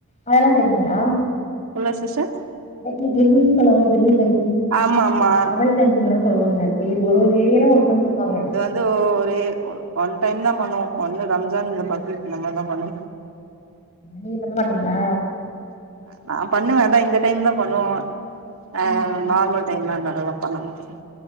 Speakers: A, on the left (about 30°); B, on the right (about 80°).
A: அதல்லா செய்வீங்ளா
B: இல்ல சிஸ்டர்
A: பிர்ணி பிர்ணின் சொல்லாங்கல்ல பிர்ணி கஞ்சி
B: ஆமா ஆமா
A: அவல் கஞ்சின்லா சொல்லுவாங்க ஒரு ஒரு ஏரியால ஒரு மாரி சொல்லுவாங்க
B: ஓ ஒரு ஒன் டைம் தா பண்ணுவோ ஒன்னு ரம்ஜான் இல்ல பக்ரீத் இந்த மாரி தா பண்ணுவோ
A: நீங்க பண்ண மாட்டீங்ளா
B: நா பண்ணுவே அதா இந்த டைம் தா பண்ணுவோ ஆ
A: ம்
B: நார்மல் டைம்ல இந்த அளவுக்குலா பண்ணமாட்டோம்